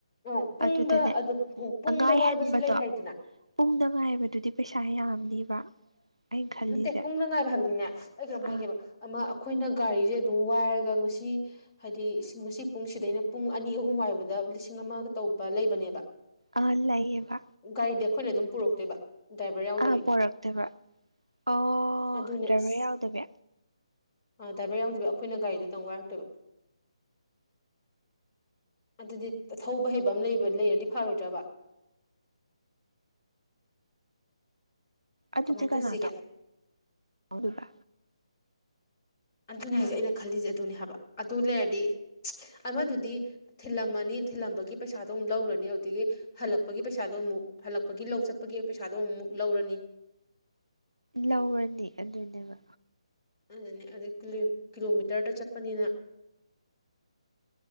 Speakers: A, on the left (about 30°); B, on the right (about 80°).
A: ꯑꯥ ꯄꯨꯡꯗ
B: ꯑꯗꯨꯗꯅꯦ
A: ꯑꯗꯨ
B: ꯎꯝ
A: ꯄꯨꯡꯗ
B: ꯉꯥꯏꯍꯟꯕꯗꯣ
A: ꯋꯥꯏꯕꯁꯨ ꯂꯩ ꯍꯥꯏꯗꯅ
B: ꯄꯨꯡꯗ ꯉꯥꯏꯕꯗꯨꯗꯤ ꯄꯩꯁꯥ ꯌꯥꯝꯅꯤꯕ ꯑꯩꯅ ꯈꯜꯂꯤꯁꯦ
A: ꯎ ꯅꯠꯇꯦ ꯄꯨꯡꯅ ꯉꯥꯏꯕ ꯍꯥꯏꯕꯗꯤꯅꯦ ꯑꯩ ꯀꯩꯅꯝ
B: ꯑꯥ
A: ꯍꯥꯏꯒꯦꯕ ꯑꯃ ꯑꯩꯈꯣꯏꯅ ꯒꯥꯔꯤꯁꯦ ꯑꯗꯨꯝ ꯋꯥꯏꯔꯒ ꯉꯁꯤ ꯍꯥꯏꯗꯤ ꯉꯁꯤ ꯄꯨꯡ ꯁꯤꯗꯩꯅ ꯄꯨꯡ ꯑꯅꯤ ꯑꯍꯨꯝ ꯋꯥꯏꯕꯗ ꯂꯤꯁꯤꯡ ꯑꯃꯒ ꯇꯧꯕ ꯂꯩꯕꯅꯦꯕ
B: ꯑ ꯂꯩꯌꯦꯕ
A: ꯒꯥꯔꯤꯗꯤ ꯑꯩꯈꯣꯏꯅ ꯑꯗꯨꯝ ꯄꯨꯔꯛꯇꯣꯏꯕ ꯗ꯭ꯔꯥꯏꯚꯔ ꯌꯥꯎꯗꯕꯤ
B: ꯑ ꯄꯣꯔꯣꯛꯛꯇꯦꯕ꯭ꯔ ꯑꯣ
A: ꯑꯗꯨꯅꯦ
B: ꯗ꯭ꯔꯥꯏꯚꯔ
A: ꯑꯁ
B: ꯌꯥꯎꯗꯕꯤ
A: ꯑ ꯗ꯭ꯔꯥꯏꯚꯔ ꯌꯥꯎꯗꯕ ꯑꯩꯈꯣꯏꯅ ꯒꯥꯔꯤꯗꯨꯇꯪ ꯋꯥꯏꯔꯛꯇꯣꯏꯕ ꯑꯗꯨꯗꯤ ꯊꯧꯕ ꯍꯩꯕ ꯑꯃ ꯂꯩꯕ ꯂꯩꯔꯗꯤ ꯐꯔꯣꯏꯗ꯭ꯔꯕ
B: ꯑꯗꯨꯗꯤ
A: ꯀꯃꯥꯏꯅ ꯇꯧꯁꯤꯒꯦ
B: ꯀꯅꯥ ꯊꯧꯗꯣꯢꯕ
A: ꯑꯗꯨꯅꯦ ꯍꯥꯏꯁꯦ ꯑꯩꯅ ꯈꯜꯂꯤꯁꯦ ꯑꯗꯨꯅꯦ ꯍꯥꯏꯕ ꯑꯗꯨ ꯂꯩꯔꯗꯤ ꯑꯃꯗꯨꯗꯤ ꯊꯤꯜꯂꯝꯃꯅꯤ ꯊꯤꯜꯂꯝꯕꯒꯤ ꯄꯩꯁꯥꯗꯣ ꯑꯃꯨꯛ ꯂꯧꯔꯅꯤ ꯑꯗꯨꯗꯒꯤ ꯍꯜꯂꯛꯄꯒꯤ ꯄꯩꯁꯥꯗꯣ ꯑꯃꯨꯛ ꯍꯜꯂꯛꯄꯒꯤ ꯂꯧ ꯆꯠꯄꯒꯤ ꯄꯩꯁꯥꯗꯣ ꯑꯃꯨꯛꯃꯨꯛ ꯂꯧꯔꯅꯤ
B: ꯂꯧꯔꯅꯤ ꯑꯗꯨꯅꯦꯕ
A: ꯑꯗꯨꯅꯦ ꯑꯗꯩ ꯀꯤꯂꯣꯃꯤꯇꯔꯗ ꯆꯠꯄꯅꯤꯅ
B: ꯑ <unintelligible>